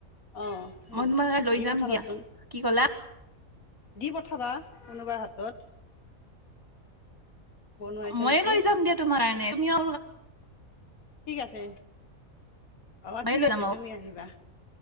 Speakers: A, on the left; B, on the right.
A: অঁ হম
B: মই তোমাৰ কাৰণে লৈ
A: দি
B: যাম
A: পঠাবাচোন
B: দিয়া কি ক'লা
A: দি পঠাবা কোনোবাৰ হাতত বনোৱাইছা
B: ময়ে
A: যদি
B: লৈ যাম দিয়া তোমাৰ কাৰনে তুমি
A: ঠিক আছে অ
B: ময়ে
A: ঠিক
B: লৈ
A: আছে
B: যাম আৰু
A: তুমি আহিবা।